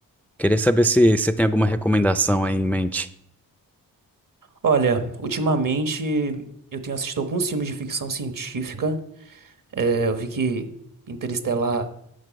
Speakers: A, in the centre; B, on the right.
A: Queria saber se você tem alguma recomendação aí em mente.
B: Olha, ultimamente eu tenho assistido alguns filmes de ficção científica. É, eu vi que Interestelar